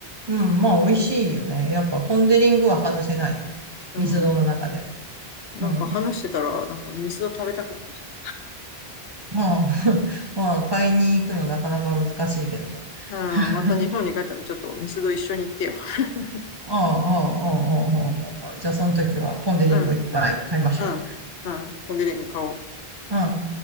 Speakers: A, on the right; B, on the left.
A: うん、まあ美味しいよね。やっぱポンデリングは外せないよね。
B: うん。
A: ミスドの中で。
B: なんか話してたら、
A: うん。
B: なんかミスド食べたくなってきた。<laughs> う
A: まあ、<laughs> まあ、買いに行くのなかなか難しいけどね。
B: ん、
A: <laughs>
B: また日本に帰ったらちょっとミスド一緒に行ってよ。<laughs>
A: ああ、ああ、ああ、ああ、ああ。じゃあ、その時はポンデリンゴいっぱい買いましょ
B: うん、うん、うん。コンデリング買おう。
A: う。うん。